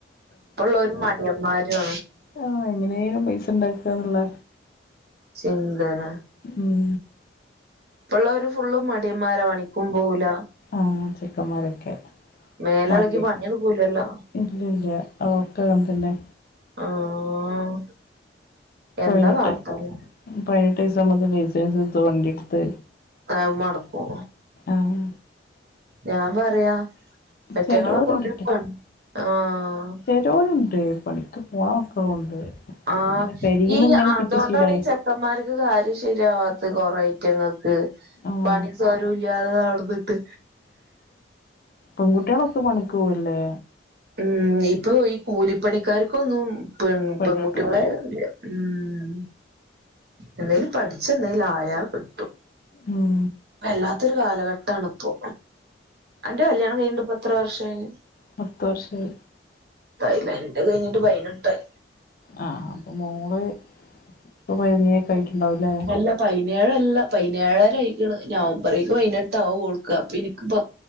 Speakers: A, on the right; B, on the left.
A: ഇപ്പള്ളൊരു മടിയന്മാരു
B: ഓഹ് എങ്ങനേലും പൈസയിണ്ടാക്കാന്നുള്ള
A: ചിന്തന
B: ഉം
A: ഇപ്പള്ളൊരു ഫുള്ള് മടിയന്മാരാ പണിക്കും പോവൂല
B: ആഹ് ചെക്കന്മാരൊക്കെ
A: മേലെളകി
B: വണ്ടി
A: പണിയെടുക്കൂലല്ലോ
B: ഇല്ലല്ല അതൊക്കെ തം തന്നെ
A: ആഹ് എന്താ
B: പയിനെട്ട്
A: കാട്ടല്
B: പയിനെട്ട് വയസ്സാവുമ്പോ തന്നെ ലൈസൻസെത്തു വണ്ടിടുത്ത്
A: ആ മൊടക്കും
B: ആഹ്
A: ഞാൻ പറയാ പെറ്റങ്ങളൊക്കെ
B: ചെലോരുണ്ട്ട്ടോ
A: ഉഴപ്പാണ് ആഹ്
B: റ്റോരുണ്ട് പണിക്ക് പോണ മക്കളുണ്ട്
A: ആ
B: ഇങ്ങനെ പെരീന്ന്
A: ഈ
B: ഇങ്ങനെ
A: അതോണ്ടാണ്
B: കിട്ടി ശീലായി
A: ചെക്കൻമാര്ക്ക് കാര്യം ശരിയാവാത്ത കൊറേ ഐറ്റങ്ങൾക്ക്
B: ആഹ്
A: പണി സ്വരും ഇല്ലാത നടന്നിട്ട്
B: പൊങ്കുട്ടികളൊക്കെ പണിക്ക് പോവല്ലേ
A: ഉം ഇപ്പൊ ഈ കൂലിപ്പണിക്കാർക്കൊന്നും പെൺ
B: പെണ്ണ്
A: പെൺകുട്ടികള്
B: കിട്ടൂല
A: ഉം എന്തേലും പഠിച്ച എന്തായലും ആയാൽ കിട്ടു
B: ഉം
A: വല്ലാത്തൊരു കാലഘട്ടണപ്പോ അന്റെ കല്യാണം കഴിഞ്ഞ ഇപ്പ എത്ര വർഷമായി
B: പത്ത വർഷയി
A: തയില്ലേ ഇന്റെ കഴിഞ്ഞിട്ട് പയനട്ടായി
B: ആ അപ്പം മോള് ഇപ്പം വൈനീക്കെ ആയിട്ടുണ്ടാവുംല്ലേ
A: അല്ല പതിനേഴല്ല പതിനേഴരയിക്കണ് നവംബറേക്ക് പൈതിനെട്ട്വാ കൊൾക്കുക അപ്പൊ എനിക്കിപ്പ